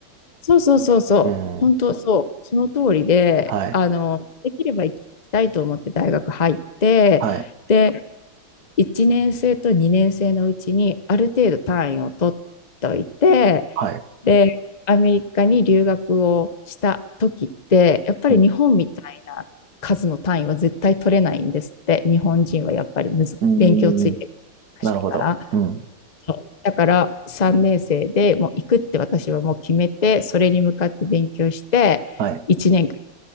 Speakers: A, on the left; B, on the right.
A: そうそうそうそう、
B: うん。
A: 本当そう、その通りで、
B: はい。
A: あの、できれば行きたいと思って大学入って、
B: はい。
A: で、1年生と2年生のうちにある程度単位を取っといて、
B: はい。
A: で、アメリカに留学をした時って、やっぱり日本みたいな数の単位は絶対取れないんですって、
B: うん。
A: 日本人はやっぱりむず勉強ついてるらしいから。
B: うーん。なるほど。うん。
A: だから3年生でもう行くって私はもう決めて、それに向かって勉強して、
B: はい。
A: 1年間